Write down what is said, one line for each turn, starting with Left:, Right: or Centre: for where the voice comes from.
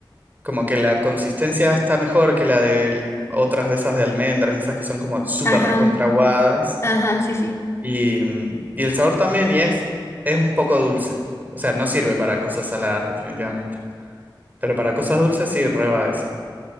Right: como que la consistencia está mejor que la de otras de esas de almendras, esas que son como súper
Left: ajá,
Right: recontraguadas
Left: ajá, sí, sí.
Right: Y, mm, y el sabor también, y es, es un poco dulce. O sea, no sirve para cosas saladas, definitivamente. Pero para cosas dulces sí, reba esa.